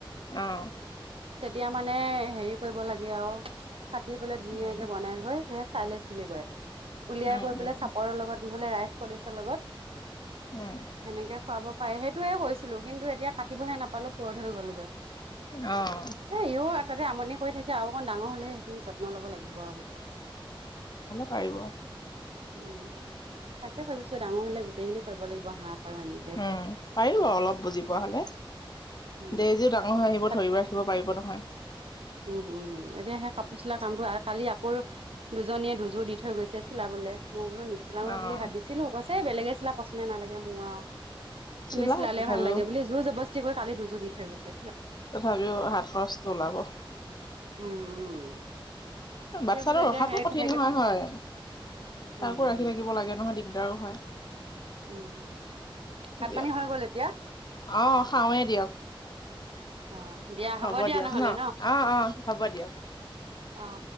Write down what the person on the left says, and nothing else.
আহ
উম
উম
উম
উম
অ',
আহিব
উম পাৰিব অলপ বুজি পোৱা হলে
দেজীও ডাঙৰ হৈ আহিব
ধৰিব ৰাখিব পাৰিব নহয়
অ',
চিলাওক
তথাপিও
তথাপিও হাত খৰচটো ওলাব
বাচ্ছাটো
ৰখাতটো
কঠিন
নহয় হয়। তাকো
ৰাখি থাকিব লাগে নহয় দিগদাৰো হয়।
দিয়ক
অ খাওঁৱে দিয়ক।
হ'ব
দিয়ক
ন অ অ হ'ব দিয়ক। উ